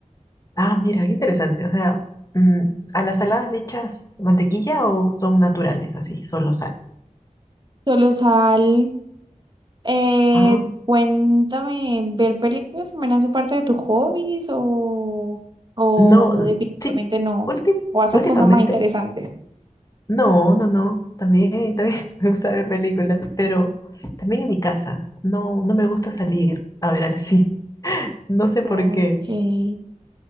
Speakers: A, on the left; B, on the right.
A: Ah, mira, qué interesante. O sea, mm, ¿a las saladas le echas mantequilla o son naturales, así, solo sal?
B: Solo sal, Eh,
A: Ah,
B: cuéntame, ¿ver películas también hace parte de tus hobbies o, o
A: no,
B: definitivamente
A: sí,
B: no?
A: últim-
B: ¿O haces
A: últimamente,
B: cosas más interesantes?
A: no, no, no, también, también <laughs> me gusta ver películas, pero también en mi casa, no, no me gusta salir a ver al cine, <laughs> no sé por
B: Ok.
A: qué,